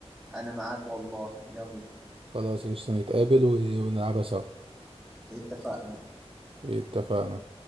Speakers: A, in the centre; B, on the right (about 55°).
A: أنا معاك والله يلا
B: خلاص قشطه نتقابل و- ونلعبها سوا
A: اتفقنا
B: اتفقنا